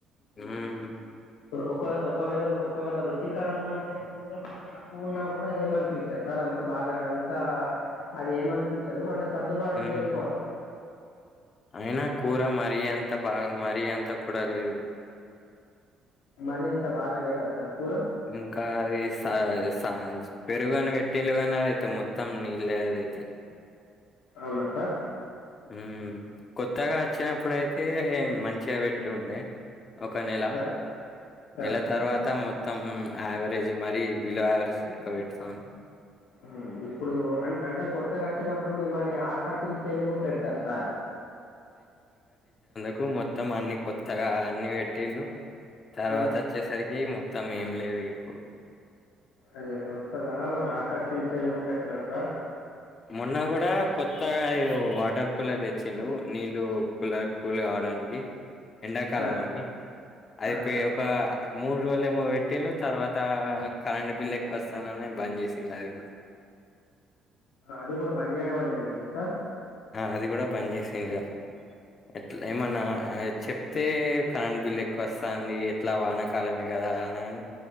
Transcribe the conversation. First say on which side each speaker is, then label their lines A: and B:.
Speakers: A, on the left; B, on the left.
A: హ్మ్
B: ఒక ఒకవేళ ఒకవేళ రుచికరంగా ఉంటే కూరకు తక్కువ ఉన్నా కూడా ఏమనిపించదు సార్ అంత అంత బాగా అంతా అది ఏమనిపించదు అంటే సర్దుబాటు
A: మ్మ్
B: చేసుకోవచ్చు
A: అయినా కూర మరీ అంత బాగా మరీ అంత కూడా లేదు
B: మరీ అంత బాగా లేదా సార్ కూర
A: ఇంకా అది సా స్ తాజ్ పెరుగు అని పెట్టిళ్ళు కానీ అదైతే మొత్తం నీల్లే అదైతే
B: అవునా సార్
A: హ్మ్ కొత్తగా వచ్చినప్పుడయితే మంచిగా పెట్టుండే ఒక నెల
B: సార్ సార్
A: నెల తరువాత మొత్తం మొత్తం అవరేజ్ మరి బిలో యావరేజ్ లెక్క పెడుతాండ్రు
B: హ్మ్ ఇప్పుడు అన్ అంటే కొత్తగా వచ్చినప్పుడు మిమ్మల్ని ఆక ఆకర్శించేందుకు పెడతారు సార్
A: కు మొత్తం అన్ని కొత్తగా అన్ని పెట్టిండ్రు తర్వాత
B: ఆ,
A: వచ్చేసరికి మొత్ మొత్తం ఏం లేదు ఇగ ఇప్పుడు
B: అదే కొత్తగా ఆకర్షించేందుకు పెట్టినారు సార్
A: మొన్న కూడా కొత్తగా ఏదో వాటర్ కూలర్ తెచ్చిండ్రు నీళ్ళు కూలర్ కూల్ కావడానికి ఎండా కాలం
B: సార్
A: అని అది
B: సార్
A: ఇ ఒక మూడు రోజులు ఏమో పెట్టిండ్రు తర్వాత కరెంట్ బిల్ ఎక్కువ వస్తదని బంద్ చేసిండ్రు అది కూడా
B: అది కూడా బన్ చేయడం అని జరిగిందా సార్
A: అది కూడా బన్ చేసిండ్రు ఇగ ఎట్లా ఏమన్నా
B: అయ్యో
A: చెప్ అయితే కరెంట్ బిల్ ఎక్కువ వస్తాంది ఎట్లా వానాకాలమే కదా అలాగని